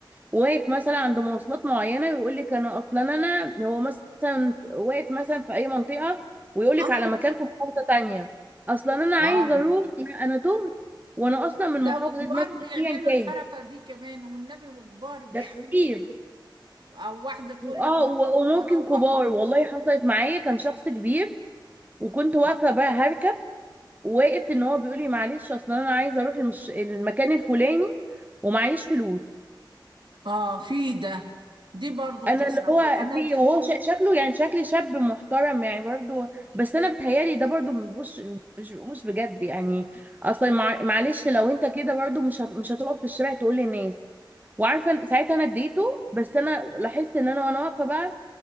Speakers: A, on the right (about 20°); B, on the right (about 70°).
A: واقف مثلا عند مواصلات معينه ويقول لك انا اصلا انا هو مثلا واقف مثلا في اي منطقه ويقول لك
B: اه
A: على مكان في محافظه تانية اصلا انا عايز
B: اه
A: اروح انا أنا تهت وانا اصلا من
B: ده
A: محافظه
B: وكبار
A: مثلا
B: بيعملوا
A: ايا كان
B: الحركة دي كمان والنبي وكبار بيعملوا
A: ده كتير
B: اللي أو واحدة تقول
A: اه
B: لك ما
A: و- وممكن
B: أروح
A: كبار
B: و...
A: والله حصلت معايا كان شخص كبير وكنت واقفه بقى هركب واقف ان هو بيقول لي معلش اصل انا عايزه اروح المش... المكان الفلاني ومعيش فلوس
B: آه في ده دي برضو
A: انا
B: تساؤل
A: اللي هو
B: أنا
A: في
B: جبت
A: وهو ش... شكله يعني شكل شاب محترم يعني برضو بس انا بتهيالي ده برضو مش مش مش بجد يعني اصلا مع... معلش لو انت كده برضو مش هت... مش هتقف في الشارع تقول للناس وعارفه ساعتها انا اديته بس انا لاحظت ان انا وانا واقفه بقى